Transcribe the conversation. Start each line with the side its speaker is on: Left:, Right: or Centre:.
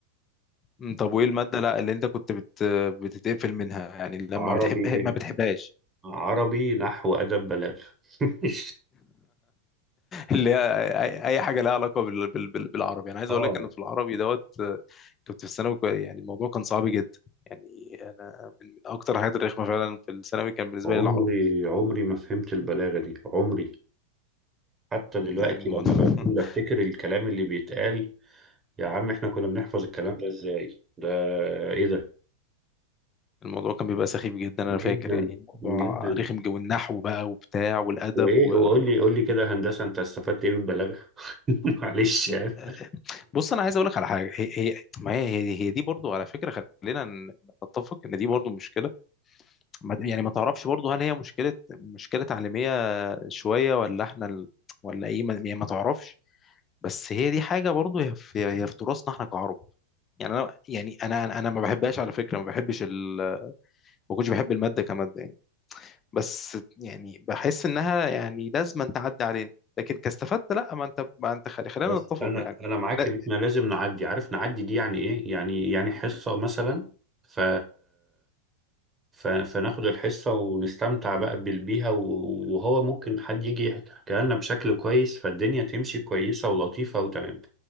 Left: مم. طب وايه المادة لا اللي انت كنت بت... بتتقفل منها يعني لما
Right: فعربي
Left: بتحب ما بتحبهاش
Right: عربي نحو ادب بلاغه <laughs>
Left: اللي هي اي أي حاجه لها علاقه بال... بال... بال... بالعربي انا عايز
Right: اه
Left: اقول لك ان في العربي دوت آه، كنت في الثانوي كو- يعني الموضوع كان صعب جدا يعني انا من اكتر الحاجات الرخمه فعلا في الثانوي كان بالنسبه
Right: عمري
Left: لي العربي
Right: عمري ما فهمت البلاغه دي عمري حتى دلوقتي
Left: يعني الموضوع
Right: لما بكون
Left: <laughs>
Right: بفتكر الكلام اللي بيتقال يا عم احنا كنا بنحفظ الكلام ده ازاي ده ايه ده
Left: الموضوع كان بيبقى سخيف جدا انا
Right: جدا
Left: فاكر يعني الموضوع
Right: جدا
Left: رخم جو النحو بقى وبتاع والادب
Right: وايه
Left: و...
Right: وقول
Left: <laughs>
Right: لي قول لي كده هندسه انت استفدت ايه بالبلاغه <laughs> معلش يعني
Left: آه، بص انا عايز اقول لك على حاجه هي هي ما هي هي هي دي برضو على فكره خلينا ن- نتفق ان دي برضو مشكله ما- يعني ما تعرفش برضه هل هي مشكلة مشكلة تعليمية شوية ولا احنا ال... ولا ايه ما... يعني ما تعرفش بس هي دي حاجة برضه هي في... هي في تراثنا احنا كعرب يعني انا يعني انا انا أنا ما بحبهاش على فكرة ما بحبش ال... ما كنتش بحب المادة كمادة يعني بس يعني بحس انها يعني لازم أن تعدي علينا لكن كاستفدت لا ما انت ما انت خلي خلينا
Right: بس
Left: نتفق
Right: انا
Left: يعني
Right: انا معاك
Left: لا
Right: ان احنا لازم نعدي عارف نعدي دي يعني ايه يعني يعني حصه مثلا ف ف... فناخد الحصة ونستمتع بقى بال- بيها و- وهو ممكن حد يجي يحكيها لنا بشكل كويس فالدنيا تمشي كويسة ولطيفة وتمام